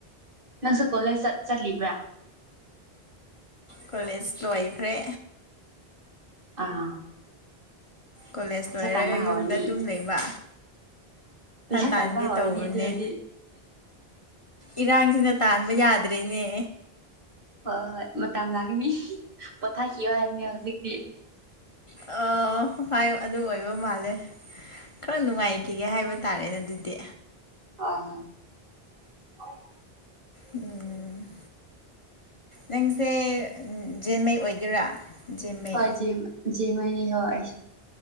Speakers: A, on the right; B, on the left.
A: ꯅꯪꯁꯨ ꯀꯣꯂꯦꯖ ꯆꯠ ꯆꯠꯂꯤꯕ꯭ꯔꯥ
B: ꯀꯣꯂꯦꯖ ꯂꯣꯏꯈ꯭ꯔꯦ
A: ꯑꯥ
B: ꯀꯣꯂꯦꯖ
A: ꯄꯩꯁꯥ
B: ꯂꯣꯏꯔꯒ
A: ꯇꯥꯟꯕ ꯍꯧꯔꯅꯤ
B: ꯌꯨꯝꯗ ꯑꯗꯨꯝ ꯂꯩꯕ
A: ꯄꯩꯁꯥ
B: ꯇꯥꯟꯒꯦ
A: ꯇꯥꯟꯕ ꯍꯧꯔꯅꯤ
B: ꯇꯧꯕꯅꯦ
A: ꯑꯗꯨ ꯑꯣꯏꯔꯗꯤ
B: ꯏꯔꯥꯡꯁꯤꯅ ꯇꯥꯟꯕ ꯌꯥꯗ꯭ꯔꯦꯅꯦ
A: ꯍꯣꯏ ꯍꯣꯏ ꯃꯇꯝ ꯂꯥꯛꯒꯤꯅꯤ ꯄꯣꯊꯥꯈꯤꯌꯣ ꯍꯥꯏꯕꯅꯦ ꯍꯧꯖꯤꯛꯇꯤ
B: ꯑꯥ ꯍꯣꯏ ꯑꯗꯨ ꯑꯣꯏꯕ ꯃꯥꯜꯂꯦ ꯈꯔ
A: ꯎꯝ
B: ꯅꯨꯡꯉꯥꯏꯈꯤꯒꯦ ꯍꯥꯏꯕ ꯇꯥꯔꯦ ꯑꯗꯨꯗꯤ
A: ꯍꯣꯏ ꯍꯣꯏ
B: ꯎꯝ ꯅꯪꯁꯦ ꯖꯦꯟꯃꯩ ꯑꯣꯏꯗꯣꯏꯔꯥ ꯖꯦꯟꯃꯩ
A: ꯍꯣꯏ ꯖꯦꯃ ꯖꯦꯃꯩ ꯅꯤꯀꯣ ꯑꯩꯁꯦ